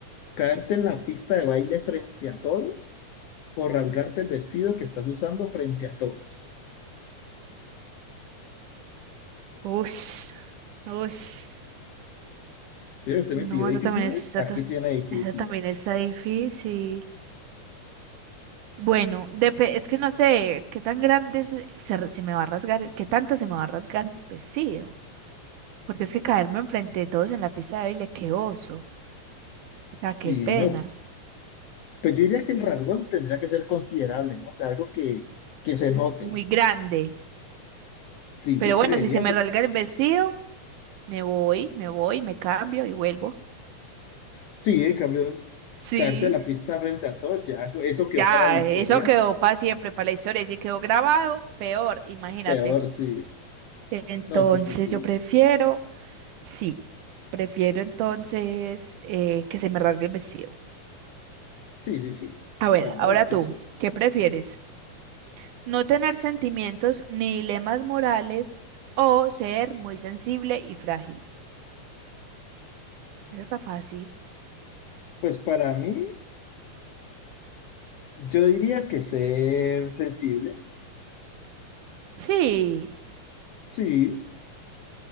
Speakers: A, on the left; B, on the right.
A: Caerte en la pista de baile frente a todos o rasgarte el vestido que estás usando frente a todos.
B: Ush, ush.
A: Si usted
B: No,
A: me pidió difíciles,
B: esa también es, esa,
A: aquí
B: ta-
A: tiene difíciles.
B: esa también está difícil. Bueno, depe- es que no sé qué tan grande se, se re- se me va a rasgar, qué tanto se me va a rasgar el vestido. Porque es que caerme enfrente de todos en la pista de baile, qué oso. O sea, qué
A: Y
B: pena.
A: no, pues yo diría que el rasgón tendría que ser considerable, ¿no? O sea, algo que, que se note.
B: Muy grande.
A: Sí,
B: Pero
A: yo creería,
B: bueno, si se me
A: porque
B: rasga el vestido, me voy, me voy, me cambio y vuelvo.
A: sí, en cambio,
B: Sí,
A: caerte a la pista frente a todos, ya eso, eso quedó
B: ya,
A: para la historia.
B: eso quedó para siempre, para la historia. Y si quedó grabado, peor, imagínate.
A: Peor, sí.
B: Entonces
A: No, sí, sí, sí.
B: yo prefiero, sí, prefiero entonces eh, que se me rasgue el vestido.
A: Sí, sí, sí.
B: A ver,
A: La verdad
B: ahora
A: es que
B: tú,
A: sí.
B: ¿qué prefieres? no tener sentimientos ni dilemas morales o ser muy sensible y frágil. Eso está fácil.
A: Pues para mí, yo diría que ser sensible.
B: Sí,
A: Sí,